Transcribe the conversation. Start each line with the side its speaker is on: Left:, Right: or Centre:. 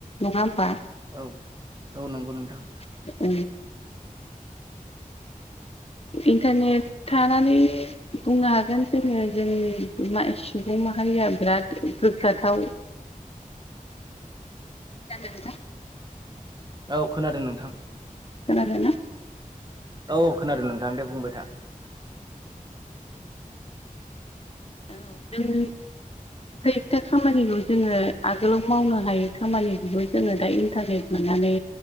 Left: नङा होमबा
Right: औ औ नंगौ नोंथां
Left: <unintelligible> इन्टारनेट थांनानै बुंनो हागोन जोङो जोंनि सुबुं माहारिया बिराद गोग्गाथाव खोनादों नोंथां
Right: औ औ खोनादों नोंथां
Left: खोनादोंना
Right: औ खोनादों नोंथां दे बुंबाय था <unintelligible> ब <inaudible>
Left: औ जोङो <unintelligible> खामानिखौ जोङो आगोलाव मावनो हायो खामानिखौबो जोङो दा इन्टारनेट मोननानै